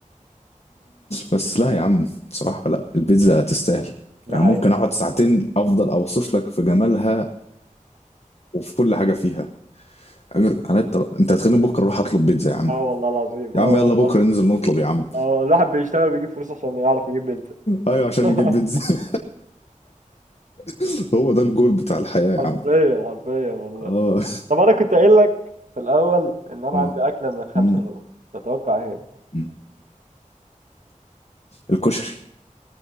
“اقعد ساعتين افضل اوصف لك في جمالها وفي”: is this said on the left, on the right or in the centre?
Left